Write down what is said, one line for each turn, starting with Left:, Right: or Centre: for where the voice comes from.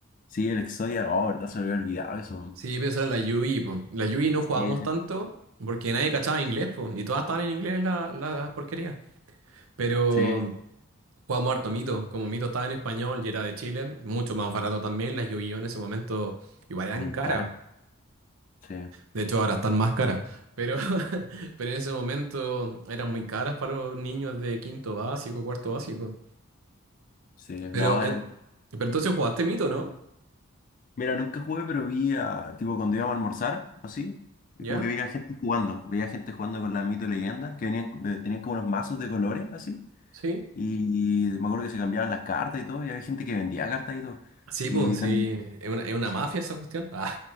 Left: sí, el exodia Oh, verdad, se me había olvidado eso. man.
Right: Sí, pero eso era la Yu-Gi, po. La Yu-Gi no
Left: Sí,
Right: jugábamos
Left: sí,
Right: tanto porque nadie cachaba inglés, pues y todas estaban en inglés la, la porquería. Pero
Left: sí.
Right: jugábamos harto Mito, como Mito estaba en español y era de Chile, mucho más barato también, las Yu-Gi-Oh en ese momento igual eran
Left: Son
Right: caras.
Left: caras. Sí,
Right: De hecho, ahora están más caras, pero, <laughs> pero en ese momento eran muy caras para los niños de quinto básico, cuarto básico.
Left: sí.
Right: Pero,
Left: No,
Right: eh,
Left: eran...
Right: pero entonces jugaste mito, ¿no?
Left: Mira, nunca jugué, pero vi a, tipo, cuando íbamos a almorzar, así.
Right: ¿Ya?
Left: Como que veía gente jugando. Veía gente jugando con la mito y leyenda. Que venían, eh, tenían como los mazos de colores, así.
Right: Sí.
Left: Y me acuerdo que se cambiaban las cartas y todo, y había gente que vendía cartas y todo.
Right: Sí,
Left: Y
Right: pues
Left: también,
Right: sí, es una, es una
Left: sí,
Right: mafia esa cuestión. <laughs> Ah,